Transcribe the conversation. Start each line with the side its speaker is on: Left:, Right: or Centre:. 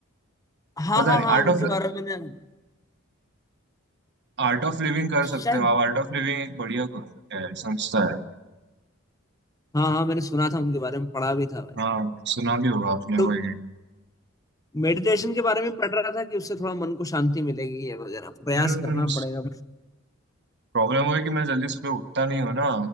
Left: हाँ
Right: पता
Left: हाँ
Right: नहीं
Left: हाँ
Right: Art
Left: उनके
Right: of
Left: बारे में मैंने
Right: Art of Living कर
Left: शायद
Right: सकते हो आप आर्ट ऑफ लिविंग एक बढ़िया है, संस्था है
Left: हाँ हाँ मैंने सुना था उनके बारे में पढ़ा भी था भाई
Right: हाँ सुना भी होगा आपने
Left: तो
Right: वही
Left: मेडिटेशन के बारे में पढ़ रहा था कि उससे थोड़ा मन को शांति मिलेगी ये वगैरह प्रयास
Right: हम्म
Left: करना पड़ेगा
Right: प्रॉब्लम वो है कि मैं जल्दी सुबह उठता नहीं हूँ ना